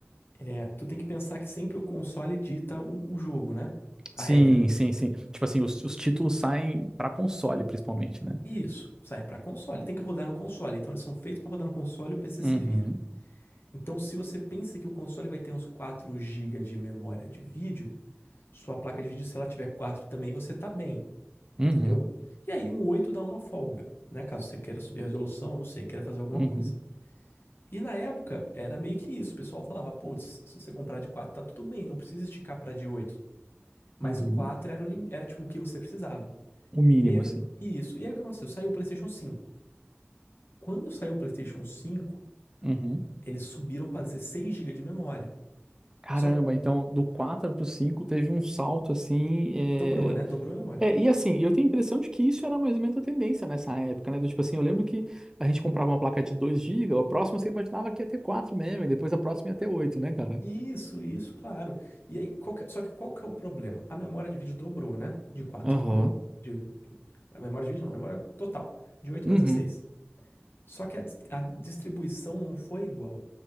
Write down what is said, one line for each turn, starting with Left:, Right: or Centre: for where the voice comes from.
Left: É, tu tem que pensar que sempre o console dita o o jogo, né? A
Right: Sim,
Left: regra.
Right: sim, sim. Tipo assim, os, os títulos saem pra console, principalmente, né?
Left: Isso, saem para console. Tem que rodar no console. Então eles são feitos para rodar no console e o PC
Right: Uhum,
Left: se vira. Então, se você pensa que o console vai ter uns 4 gigas de memória de vídeo, sua placa de vídeo, se ela tiver 4 também, você tá bem, entendeu?
Right: uhum,
Left: E aí um 8 dá uma folga, né? Caso você queira subir a resolução, não sei, queira fazer alguma
Right: uhum,
Left: coisa. E na época era meio que isso. O pessoal falava, putz, se você comprar de 4 tá tudo bem, não precisa esticar para de 8. Mas
Right: uhum.
Left: o 4 era, o lim- era tipo o que você precisava.
Right: O mínimo,
Left: E aí o que...
Right: assim.
Left: Isso. E aí o que aconteceu? Saiu o PlayStation cinco. Quando saiu o PlayStation cinco,
Right: Uhum.
Left: eles subiram para 16 gigas de memória.
Right: Caramba,
Left: Só que
Right: então do 4 pro cinco teve um salto assim. É...
Left: dobrou, né? Dobrou a memória.
Right: é, e assim, eu tenho a impressão de que isso era mais ou menos a tendência nessa época, né? Do tipo assim, eu lembro que a gente comprava uma placa de dois gigas a próxima você imaginava que ia ter quatro mesmo, e depois a próxima ia ter oito né, cara?
Left: Isso, isso, claro. E aí, qual que é- só que qual que é o problema? A memória de vídeo dobrou, né? De quatro
Right: Aham.
Left: para 8. De, a memória de vídeo não, a memória total. De 8 para
Right: Uhum.
Left: 16. Só que a, dis- a distribuição não foi igual.